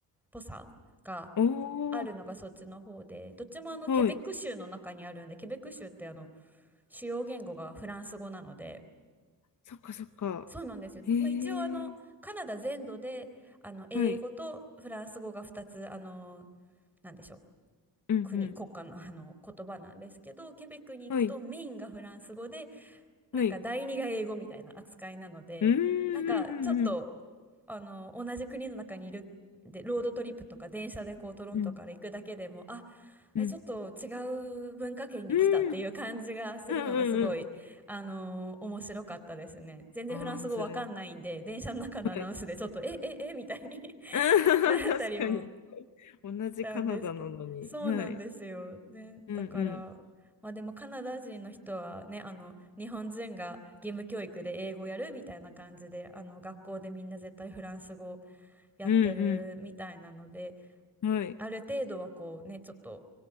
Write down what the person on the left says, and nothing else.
お
ー。
はい。
そっか、そっか。
へえ。
はい。
うん、うん。
はい。
はい。うん、うん、
うん、
うん。
うん、うん。
うん、うん、うん。うん
ああー、それ。
はい。
あ
ー確かに。同じカナダなのに。
はい。
うん、
うん。
うん、うん。はい。